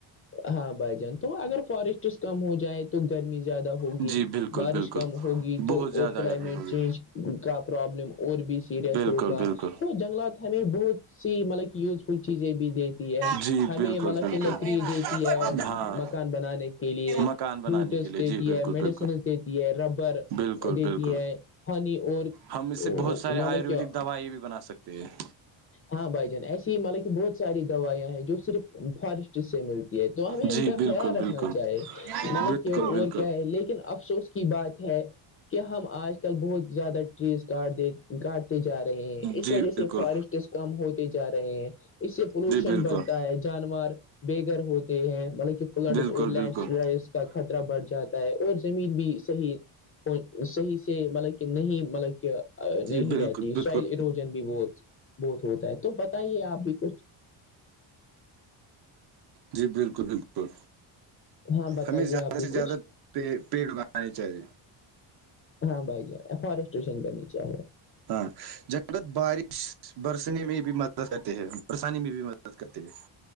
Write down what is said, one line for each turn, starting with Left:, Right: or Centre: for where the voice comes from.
Left: ہاں بھائی جان تو اگر فارسٹس کم ہو جائے تو گرمی زیادہ ہوگی
Right: جی بالکل
Left: بارش
Right: بالکل
Left: کم ہوگی تو
Right: بہت زیادہ
Left: اور کلائمیٹ
Right: گرمی ہوگی
Left: چینج کا پرابلم اور بھی سی سیریس
Right: بالکل
Left: ہوگا
Right: بالکل
Left: تو جنگلات ہمیں بہت سی مطلب یوزفل چیزیں بھی دیتی ہمیں
Right: جی بالکل
Left: مطلب
Right: بالکل
Left: کہ لکڑی دیتی ہے
Right: ہاں
Left: مکان بنانے کے لیے
Right: مکان بنانے
Left: فروٹس
Right: کے لیے
Left: دیتی
Right: جی بالکل
Left: ہے میڈیسنس
Right: بالکل
Left: دیتی ہے ربر
Right: بالکل
Left: دیتی
Right: بالکل
Left: ہے ہنی اور
Right: ہم اسے
Left: مطلب
Right: بہت سارے آیورویدک
Left: کیا
Right: دوائی بھی بنا سکتے ہیں
Left: ہاں بھائی جان ایسی ہی مطلے کہ بہت ساری دوائیاں ہیں جو صرف فارسٹ سے ملتی ہے تو ہمیں
Right: جی
Left: ان کا
Right: بالکل
Left: خیال رکھنا
Right: بالکل
Left: چاہے
Right: بالکل
Left: ملب کہ اور
Right: بالکل
Left: لیکن افسوس کی بات ہے کہ ہم آج بہت زیادہ ٹریز کاٹ کاٹتے جا رہے ہیں اس
Right: جی
Left: وجہ سے
Right: بالکل
Left: فاریسٹ کم ہوتے جا رہے ہیں اس سے پولوشن
Right: جی بالکل
Left: بڑھتا ہے جانور بے گھر ہوتے ہیں مطلب کہ فلڈس
Right: بالکل
Left: اور لینڈز
Right: بالکل
Left: کا خطرہ بڑھ جاتا اور زمین بھی صحیح صحیح سے مطلب کہ نہیں مطلب کہ نہیں
Right: جی بالکل
Left: رہتی
Right: بالکل
Left: شائل اروجن بھی بہت بہت ہوتا ہے تو بتائیے آپ بھی کچھ
Right: جی بالکل بالکل
Left: ہاں بتائیے
Right: ہمیں زیادہ
Left: آپ بھی
Right: سے زیادہ
Left: کچھ
Right: پ پیٹ لگانے چاہیے
Left: ہاں بھائی جان فارسٹریشن کرنی چاہیے
Right: ہاں جنگد بارش برسنے میں بھی مدد کرتے ہے برسانے میں بھی م